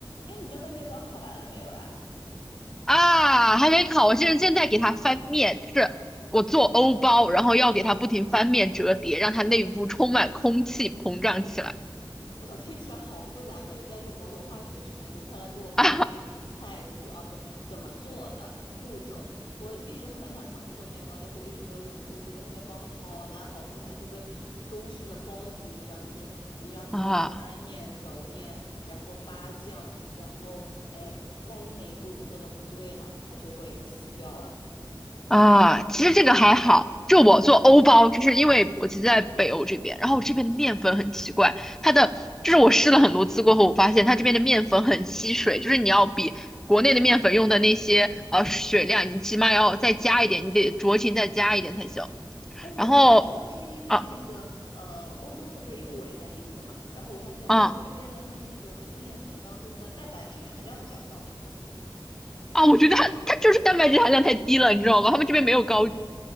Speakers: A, on the left; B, in the centre.
A: 哎，你刚才面包烤完了没有呀？
B: 啊，还没烤，我现在现在给它翻面，就是我做欧包，然后要给它不停翻面折叠，让它内部充满空气，膨胀起来。
A: 我操，听起来好复杂，感觉在做某种化学实验。你快来给我分享一下你菜谱啊，
B: <laughs> 啊
A: 不，怎么做的步骤。我一直很想尝试做面包，但是我一直没有勇气。我觉得面包好难，好复杂，就跟中式的包子一样，就是你要不断的翻面、
B: 啊
A: 揉面，然后发酵，然后哎，万一哪一步做的不对了，它就会死掉了。
B: 啊！其实这个还好，就我做欧包，就是因为我其实在北欧这边，然后我这边的面粉很奇怪，它的就是我试了很多次过后，我发现它这边的面粉很吸水，就是你要比。国内的面粉用的那些呃水量，你起码要再加一点，你得酌情再加一点才行。
A: 哎，我发现是不是因为那个呃，
B: 然后啊
A: 欧洲这边，因为我也在英国嘛，然后我发现欧洲这边呢，
B: 啊。
A: 它那个面粉当中的蛋白质含量比较高。
B: 啊，我觉得它它就是蛋白质含量太低了，你知道吗？他们这边没有高